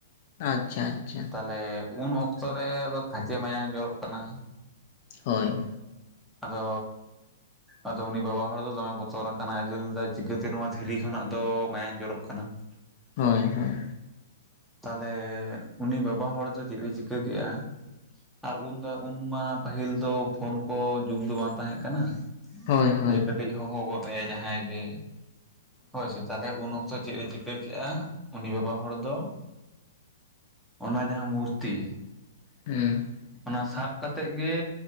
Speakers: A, on the left; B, in the centre.
A: ᱟᱪᱪᱷᱟ ᱟᱪᱪᱷᱟ
B: ᱛᱟᱞᱮ ᱩᱱ ᱚᱠᱛᱚ ᱨᱮᱫᱚ ᱠᱷᱟᱪᱮ ᱢᱟᱭᱟᱝ ᱡᱚᱨᱚᱜ ᱠᱟᱱᱟ᱾
A: ᱦᱳᱭ
B: ᱟᱫᱚᱻ ᱟᱫᱚ ᱩᱱᱤ ᱵᱟᱵᱟ ᱦᱚᱲ ᱫᱚ ᱫᱚᱢᱮ ᱵᱚᱛᱚᱨ ᱠᱟᱱᱟᱭ, ᱟᱡᱫᱚᱭ ᱞᱮᱫᱟᱭ ᱪᱤᱠᱟᱹᱛᱮ ᱱᱚᱣᱟ ᱫᱷᱤᱨᱤ ᱠᱷᱚᱱᱟᱜ ᱫᱚ ᱢᱟᱭᱟᱝ ᱡᱚᱨᱚᱜ ᱠᱟᱱᱟ᱾ <inaudible>
A: ᱦᱳᱭ ᱦᱳᱭ
B: ᱛᱟᱦᱞᱮ ᱩᱱᱤ ᱵᱟᱵᱟ ᱦᱚᱲ ᱫᱚ ᱪᱮᱫ ᱮ ᱪᱤᱠᱟᱹ ᱠᱮᱜᱼᱟ᱾ ᱟᱨ ᱩᱱᱫᱚ ᱩᱱᱢᱟ ᱯᱟᱹᱦᱤᱞ ᱫᱚ ᱯᱷᱳᱱ ᱠᱚ ᱡᱩᱜᱽ ᱫᱚ ᱵᱟᱝ ᱛᱟᱦᱮᱸᱜ ᱠᱟᱱᱟ
A: ᱦᱳᱭ ᱦᱳᱭ
B: ᱡᱮ ᱠᱟᱹᱴᱤᱡ ᱦᱚᱦᱚ ᱜᱚᱫ ᱟᱭᱟ ᱡᱟᱦᱟᱸᱭ ᱜᱮ᱾ ᱦᱳᱭ ᱥᱮ ᱛᱟᱦᱞᱮ ᱩᱱ ᱚᱠᱛᱚ ᱪᱮᱫ ᱮ ᱪᱤᱠᱟᱹ ᱠᱮᱜᱼᱟ ᱩᱱᱤ ᱵᱟᱵᱟ ᱦᱚᱲ ᱫᱚ, ᱚᱱᱟ ᱡᱟᱦᱟᱸ ᱢᱩᱨᱛᱤ᱾
A: ᱦᱮᱸ
B: ᱚᱱᱟ ᱥᱟᱵ ᱠᱟᱛᱮᱜ ᱜᱮᱻ